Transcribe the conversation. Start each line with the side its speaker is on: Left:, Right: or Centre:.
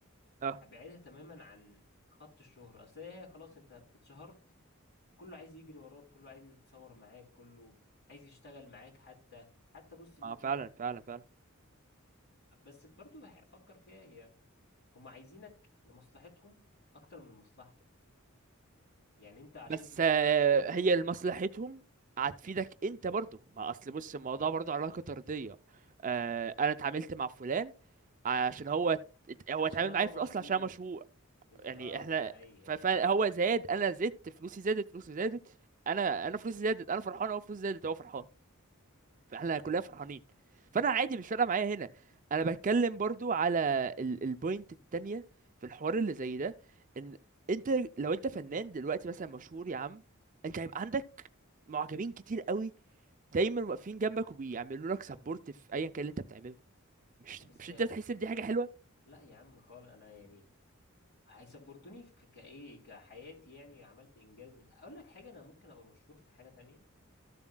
Right: اه
Left: هبعدها تماما عن خط الشهره اصل هي خلاص انت اتشهرت كله عايز يجري وراك كله عايز يتصور معاك كله عايز يشتغل معاك حتى حتى بص ممكن
Right: اه فعلا فعلا فعلا
Left: بس برضو هفكر فيها هي هم عايزينك لمصلحتهم اكتر من مصلحتك يعني انت عشان
Right: بس آه،
Left: مشهور
Right: هي لمصلحتهم هتفيدك انت برضو ما اصل بص الموضوع برضو علاقة طردية آه، انا اتعاملت مع فلان عشان هو ات- هو
Left: عشان
Right: اتعامل
Left: هو
Right: معايا في
Left: مشهور
Right: الاصل عشان أنا مشهور
Left: بالظبط
Right: يعني احنا
Left: ايوه
Right: ف-
Left: ايوه
Right: فهو زاد انا زدت فلوسي زادت فلوسه زادت انا انا فلوسي زادت انا فرحان هو فلوسه زادت هو فرحان فاحنا كلنا فرحانين فانا عادي مش فارقه معايا هنا انا بتكلم برضو على ال- البوينت التانية في الحوار اللي زي ده ان انت لو انت فنان دلوقتي مثلا مشهور يا عم انت هيبقى عندك معجبين كتير قوي دايما واقفين جنبك وبيعملوا لك سبورت في ايا كان اللي انت بتعمله مش
Left: بس
Right: مش
Left: الح...
Right: انت تحس ان دي حاجه حلوه
Left: لا يا عم خالص انا يعني هيسبورتوني في ك- كايه كحياتي يعني عملت انجاز بت... اقول لك حاجه انا ممكن ابقى مشهور في حاجه تانية